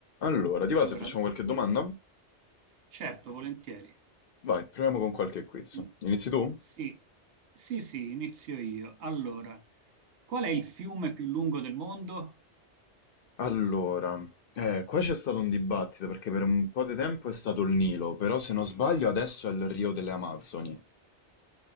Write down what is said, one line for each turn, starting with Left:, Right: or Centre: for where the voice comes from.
Left: Allora, ti va
Right: Allora,
Left: se facciamo qualche domanda?
Right: certo, volentieri.
Left: Vai, proviamo con qualche quiz.
Right: Mm.
Left: Inizi tu?
Right: Sì, sì, sì, inizio io. Allora, qual è il fiume più lungo del mondo?
Left: Allora, eh, qua c'è stato un dibattito perché per un po' di tempo è stato il Nilo, però se non sbaglio adesso è il Rio delle Amazzoni.